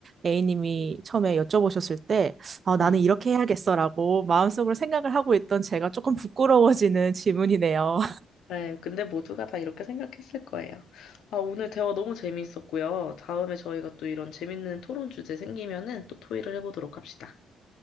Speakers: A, on the right; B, on the left.
A: A님이 처음에 여쭤보셨을 때 아,
B: 네.
A: 나는 이렇게 해야겠어라고 마음속으로 생각을 하고 있던 제가 조금 부끄러워지는 질문이네요.
B: 네, 근데 모두가 다 이렇게 생각했을 거예요. 아, 오늘 대화 너무 재미있었고요. 다음에 저희가 또 이런 재밌는 토론 주제 생기면은 또 토의를 해보도록 합시다.